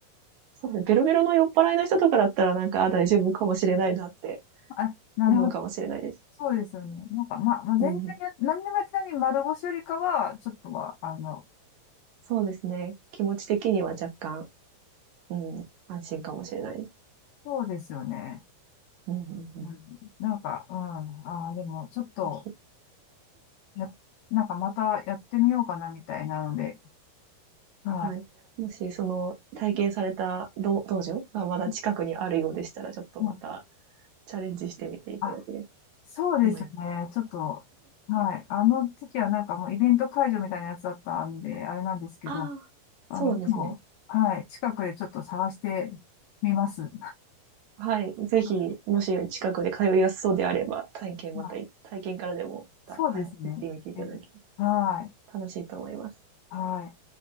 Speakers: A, on the right; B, on the left.
A: そうですね。ベロベロの酔っ払いの人とかだったら、なんか、あ、大丈夫かもしれないなって
B: <laughs>、あ、なるほど。
A: 思うかもしれないです。
B: そうですよね。なんか、ま、まあ、全体や、
A: うん。
B: 何でもやってないに丸腰よりかは、ちょっとは、あの、
A: そうですね。気持ち的には若干、うん、安心かもしれないです。
B: そうですよね。
A: うんうんうん。
B: うん、なんか、うん。ああ、でも、ちょっと、
A: ぜひ
B: や、なんかまたやってみようかな、みたいなので、は
A: はい。もし、その、体験された道道場がまだ近くにあるようでしたら、
B: い。
A: ちょっとまた
B: うん
A: チャレンジしてみていただければ。
B: あそうですね。
A: 思います
B: ちょっと、はい。あの時はなんかもうイベント会場みたいなやつだったんで、あれなんですけど、
A: ああ、
B: あの、
A: そうなんですね。
B: でも、はい。近くでちょっと探してみます。
A: はい。ぜひ、
B: <laughs>
A: もし近くで通いやすそうであれば、体験またい、
B: まあ、
A: 体験からでもまた、
B: そうですね。
A: はい、行ってみていただけれ
B: えはい。
A: ば楽しいと思います。
B: はい。